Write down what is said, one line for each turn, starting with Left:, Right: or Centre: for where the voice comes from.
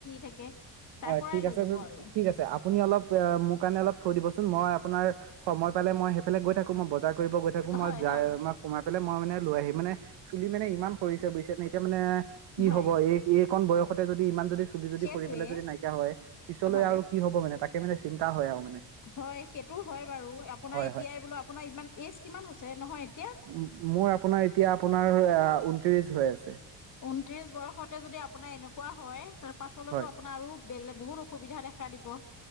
Left: থাকে। তাৰ
Right: হয়
Left: পৰাই
Right: ঠিক
Left: লৈ
Right: আছে
Left: যাব
Right: যত
Left: আৰু
Right: ঠিক আছে৷ আপুনি অলপ এ মোক কাৰণে অলপ থৈ দিবচোন, মই আপোনাৰ সময় পালে মই সেইফালে গৈ থাকো মই বজাৰ কৰিব গৈ থাকো, মই
Left: হয়
Right: যাই
Left: হয়
Right: মই সোমাই পেলাই মই মানে লৈ আহিম মানে চুলি মানে ইমান সৰিছে বুজিছে নে। এতিয়া মানে কি
Left: হয়
Right: হ'ব? এ এ এইকণ বয়সতে যদি ইমান যদি- চুলি যদি
Left: সেইটোৱে
Right: সৰি পেলাই যদি নাইকিয়া হয়, পিছলৈ
Left: হয়
Right: আৰু কি হব মানে তাকে মানে চিন্তা হয় আৰু মানে৷
Left: হয় সেইটো হয় বাৰু আপোনাৰ
Right: হয়-হয়৷
Left: এতিয়াই বোলো আপোনাৰ ইমান এজ কিমান হৈছে নহয় এতিয়া
Right: মো-মোৰ আপোনাৰ এতিয়া আপোনাৰ - আপোনাৰ -ঊনত্ৰিশ হৈ আছে৷
Left: ঊনত্ৰিশ বয়সতে যদি আপোনাৰ এনেকুৱা হয়, তাৰ পাছলেতো
Right: হয়
Left: আপোনাৰ আৰু বেলেগ বহুত অসুবিধা দেখা দিব৷